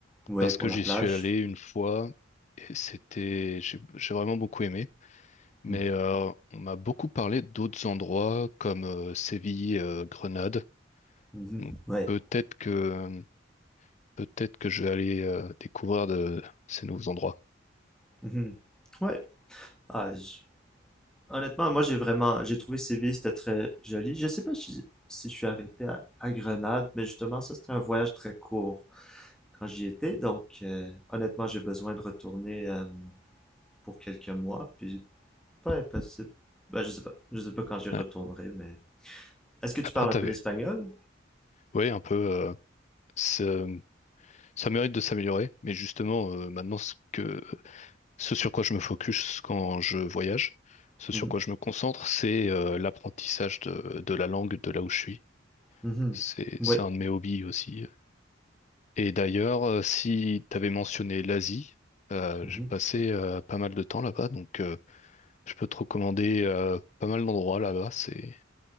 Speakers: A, in the centre; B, on the left.
A: Ouais,
B: parce
A: pour
B: que
A: la
B: j'y
A: plage.
B: suis allé une fois et c'était, j'ai j'ai vraiment beaucoup aimé. Mais
A: Hmm.
B: euh, on m'a beaucoup parlé d'autres endroits comme euh, Séville, euh, Grenade.
A: Mhm.
B: Donc,
A: Ouais.
B: peut-être que Peut-être que je vais aller euh, découvrir de ces nouveaux endroits.
A: Mhm. Ouais. Ah, j- Honnêtement, moi j'ai vraiment, j'ai trouvé Séville, c'était très joli. Je sais pas si, si je suis arrêté à, à Grenade, mais justement ça c'était un voyage très court quand j'y étais, donc euh, honnêtement j'ai besoin de retourner euh, pour quelques mois, puis pas impossible. Ben, je sais pas, je sais pas quand j'y retournerai,
B: Ouais.
A: mais est-ce que tu
B: Après,
A: parles
B: t'avais.
A: un peu l'espagnol?
B: Oui, un peu. euh, ce- ça mérite de s'améliorer, mais justement, euh, maintenant, ce que, ce sur quoi je me focus quand je voyage, ce
A: Mhm,
B: sur quoi je me concentre, c'est euh, l'apprentissage de, de la langue de là où je suis.
A: Mhm.
B: C'est,
A: Oui.
B: c'est un de mes hobbies aussi. Et d'ailleurs, euh, si t'avais mentionné l'Asie, euh,
A: mhm.
B: j'ai passé euh, pas mal de temps là-bas, donc euh, je peux te recommander euh, pas mal d'endroits là-bas. C'est,